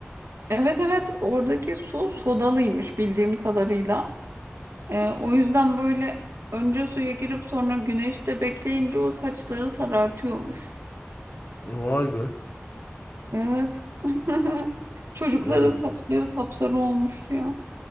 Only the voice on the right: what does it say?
Evet evet oradaki su sodalıymış bildiğim kadarıyla. Ee, o yüzden böyle önce suya girip sonra güneşte bekleyince o saçları sarartıyormuş.
Evet. <laughs> Çocukların
saçları sapsarı olmuştu ya.